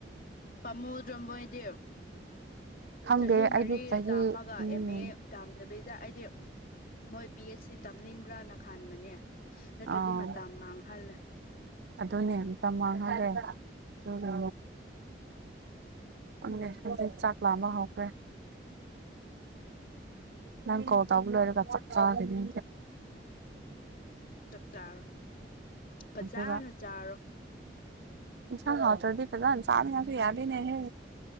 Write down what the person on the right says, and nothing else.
ꯈꯪꯗꯦ
ꯑꯩꯗꯤ ꯆꯍꯤ
ꯎꯝ
ꯑꯥ
ꯑꯗꯨꯅꯦ ꯑꯝꯇ ꯃꯥꯡꯍꯔꯦ ꯑꯗꯨꯅꯦ ꯍꯪ ꯍꯧꯖꯤꯛ ꯆꯥꯛ ꯂꯥꯕ ꯍꯧꯈ꯭ꯔꯦ ꯅꯪ ꯀꯣꯗꯕ ꯂꯔ ꯀꯆ ꯐꯔꯦ ꯂ꯭ꯔꯦ
ꯂ꯭ꯔꯦꯕ
ꯏꯁ ꯗꯤꯄꯒꯅꯤ ꯆꯥꯟꯅꯁꯨ ꯌꯥꯕꯤꯅꯦꯍꯦ